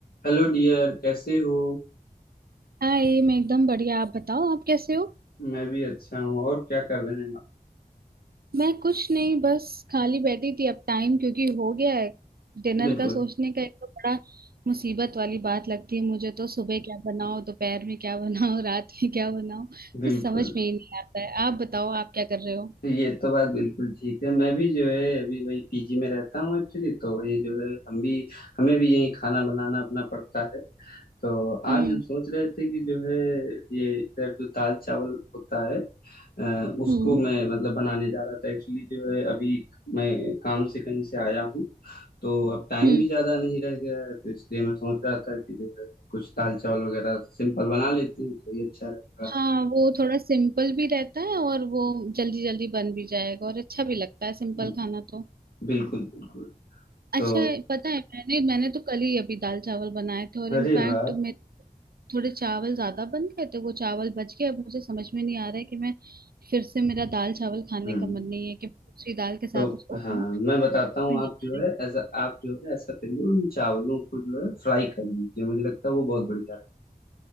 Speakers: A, on the left (about 70°); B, on the right (about 75°).
A: Hello dear कैसे हो
B: हाय मैं एकदम बढ़िया आप बताओ आप कैसे हो
A: मैं भी अच्छा हूँ और क्या कर रहे हैं आप
B: मैं कुछ नहीं बस खाली बैठी थी अब टाइम क्योंकि हो गया है डिनर
A: बिल्कुल
B: का सोचने का एक तो बड़ा मुसीबत वाली बात लगती है मुझे तो सुबह क्या बनाओ दोपहर में क्या <laughs> बनाओ रात में क्या बनाओ
A: बिल्कुल
B: कुछ समझ में ही नहीं आता है आप बताओ आप क्या कर रहे हो
A: ये तो बात बिल्कुल ठीक है मैं भी जो है अभी वही पीजी में रहता हूँ एक्चुअली तो वही जो है हम भी हमें भी यही खाना बनाना अपना पड़ता है तो
B: हम्म
A: आज हम सोच रहे थे कि जो है ये इधर जो दाल चावल होता है अ, उसको
B: हम्म
A: मैं मतलब बनाने जा रहा था एक्चुअली जो है अभी मैं काम से कहीं से आया हूँ तो अब टाइम
B: हम्म
A: भी ज्यादा नहीं रह गया है तो इसलिए मैं सोच रहा था कि जो है कुछ दाल चावल वगैरह सिंपल बना लेते हैं तो ये अच्छा रहेगा
B: हाँ वो थोड़ा सिंपल भी रहता है और वो जल्दी जल्दी बन भी जाएगा और अच्छा भी लगता है सिंपल
A: हम्म,
B: खाना तो
A: बिल्कुल बिल्कुल
B: अच्छा
A: तो
B: है, पता है मैंने मैंने तो कल ही अभी दाल चावल बनाए थे और
A: अरे
B: इनफैक्ट
A: वाह
B: मैं थोड़े चावल ज्यादा बन गए थे वो चावल बच गए अब मुझे समझ में नहीं आ रहा है कि मैं फिर से मेरा दाल चावल खाने
A: हम्म
B: का मन नहीं है कि दूसरी दाल के साथ
A: तो
B: उसको खाऊं
A: हाँ मैं बताता
B: समझ
A: हूँ
B: में
A: आप
B: नहीं
A: जो
B: आ रहा
A: है
B: है
A: ऐसा आप जो है ऐसा करिए उन चावलों को जो है फ्राई कर लीजिए मुझे लगता है वो बहुत बढ़िया